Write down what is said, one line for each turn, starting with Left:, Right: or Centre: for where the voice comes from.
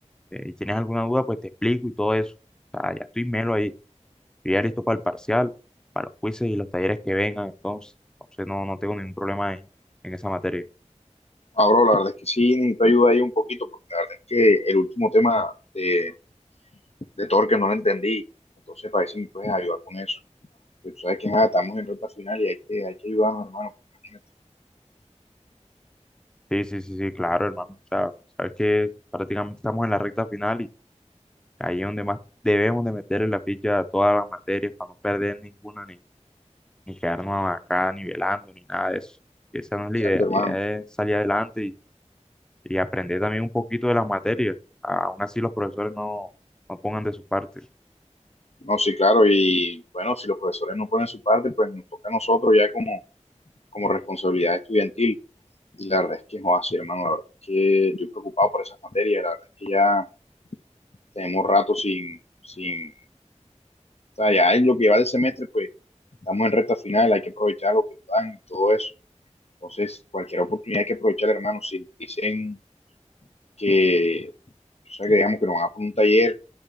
Centre: eh, y tienes alguna duda, pues te explico y todo eso. O sea, ya estoy melo ahí. Estoy ya listo para el parcial, para los quizzes y los talleres que vengan, entonces. Entonces no, no tengo ningún problema en, en esa materia.
Left: Ah, bro, la verdad es que sí, necesito ayuda ahí un poquito, porque la verdad es que el último tema de, de Torque no lo entendí. Entonces, para eso me puedes ayudar con eso. Pero tú sabes que nada, estamos en recta final y hay que, hay que ayudarnos, hermano. Imagínate.
Centre: Sí, sí, sí, sí, claro, hermano. O sea, sabes que prácticamente estamos en la recta final y ahí es donde más debemos de meterle la ficha a todas las materias para no perder ninguna ni quedarnos acá nivelando, ni nada de eso. esa no es la
Left: Exacto,
Centre: idea,
Left: hermano.
Centre: la idea es salir adelante y, y aprender también un poquito de las materias. A- Aún así los profesores no, no pongan de su parte.
Left: No, sí, claro, y bueno, si los profesores no ponen su parte, pues nos toca a nosotros ya como, como responsabilidad estudiantil. Y la verdad es que es así, hermano, la verdad es que estoy preocupado por esas materias, la verdad es que ya tenemos rato sin, sin, o sea, ya es lo que va del semestre, pues estamos en recta final, hay que aprovechar lo que nos dan y todo eso. Entonces, cualquier oportunidad hay que aprovechar, hermano, si dicen que, o sea, que digamos que nos van a poner un taller,